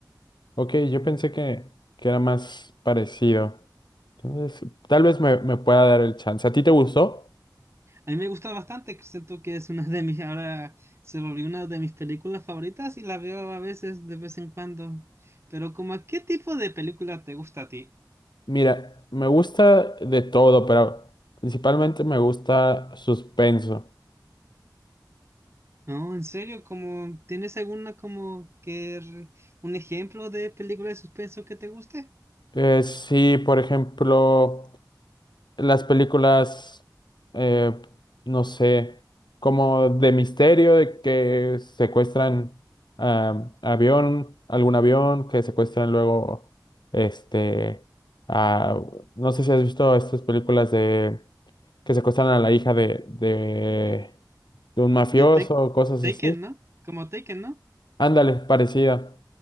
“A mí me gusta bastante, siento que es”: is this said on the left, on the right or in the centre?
Right